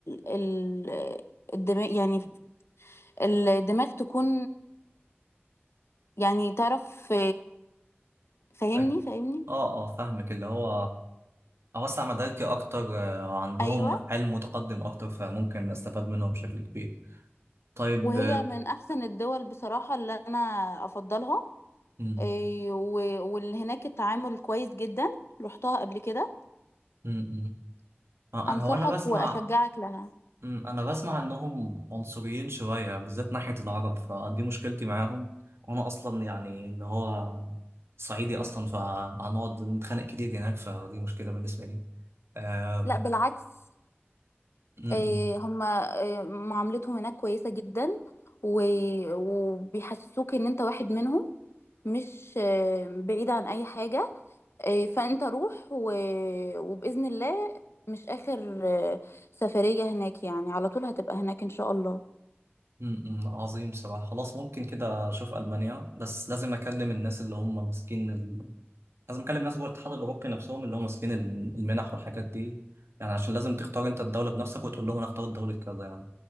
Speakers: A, on the left; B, on the right.
A: ال الدماغ يعني الدماغ تكون يعني تعرف فاهمني
B: أي.
A: فاهمني
B: آه آه فاهمك اللي هو أوسع مداركي أكتر آه، عندهم
A: ايوه
B: علم متقدم أكتر فممكن أستفاد منهم بشكل كبير طيب
A: وهي من احسن الدول بصراحة اللي انا افضلها
B: مم.
A: اي، و- واللي هناك التعامل كويس جدا رحتها قبل كده
B: مم. مم. آه،
A: انصحك
B: انا هو انا بسمع
A: واشجعك لها
B: مم. انا بسمع انهم عنصريين شويه بالذات ناحيه العرب فدي مشكلتي معاهم وانا اصلا يعني اللي هو صعيدي اصلا فهنقعد نتخانق كتير هناك فدي مشكله بالنسبه لي آم،
A: لا بالعكس
B: مم.
A: آه، هما آه، معاملتهم هناك كويسة جدا و- وبيحسسوك ان انت واحد منهم مش آه، بعيد عن اي حاجة آه، فانت روح و- وبإذن الله مش آخر آه، سفرية هناك يعني على طول هتبقى هناك ان شاء الله
B: مم. مم. عظيم بصراحه خلاص ممكن كده اشوف المانيا بس لازم اكلم الناس اللي هم ماسكين لازم اكلم ناس جوه الاتحاد الاوروبي نفسهم اللي هم ماسكين الم- المنح والحاجات دي يعني عشان لازم تختار انت الدوله بنفسك وتقول لهم انا اختار دوله كذا يعني